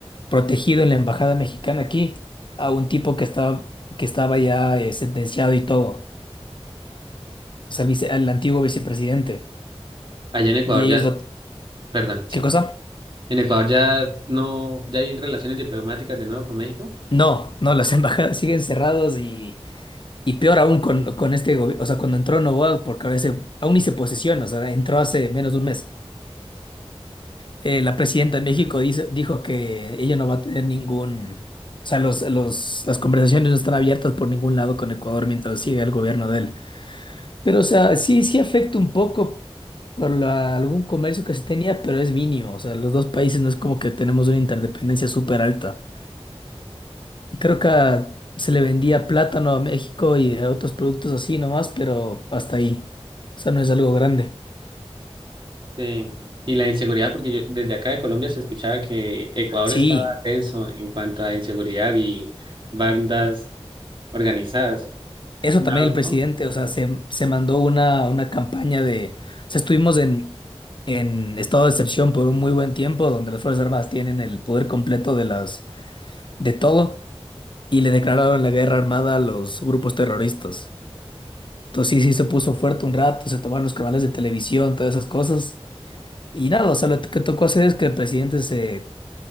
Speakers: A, on the left; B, on the right.
A: protegido en la embajada mexicana aquí a un tipo que estaba, que estaba ya eh, sentenciado y todo, o sea, el vice- al antiguo vicepresidente.
B: Allá en Ecuador
A: Y
B: ya,
A: ellos
B: es-
A: lo...
B: perdón, sí.
A: ¿Qué cosa?
B: En Ecuador ya no, ya hay relaciones diplomáticas de nuevo con México.
A: No, no, las <laughs> embajadas siguen cerradas y, y peor aún con, con este gobierno, o sea, cuando entró Noboa, porque ahora ese, aún ni se posesiona, o sea, entró hace menos de un mes. Eh, la presidenta de México dice, dijo que ella no va a tener ningún... O sea, los, los, las conversaciones no están abiertas por ningún lado con Ecuador mientras siga el gobierno de él. Pero, o sea, sí, sí afecta un poco por la- algún comercio que se tenía, pero es mínimo. O sea, los dos países no es como que tenemos una interdependencia súper alta. Creo que ah, se le vendía plátano a México y a otros productos así nomás, pero hasta ahí. O sea, no es algo grande.
B: Sí. Y la inseguridad, porque yo, desde acá de Colombia se escuchaba que Ecuador
A: Sí,
B: estaba denso en cuanto a inseguridad y bandas organizadas.
A: eso
B: Ya,
A: también
B: ¿no?
A: el presidente, o sea, se, se mandó una, una campaña de... O sea, estuvimos en, en estado de excepción por un muy buen tiempo, donde las Fuerzas Armadas tienen el poder completo de las, de todo. y le declararon la guerra armada a los grupos terroristas. Entonces sí, sí se puso fuerte un rato, se tomaron los canales de televisión, todas esas cosas. Y nada, o sea, lo que tocó hacer es que el presidente se,